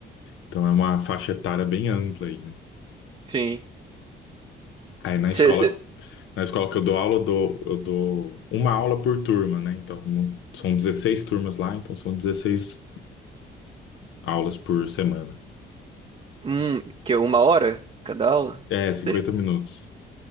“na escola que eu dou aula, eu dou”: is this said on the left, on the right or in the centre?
Left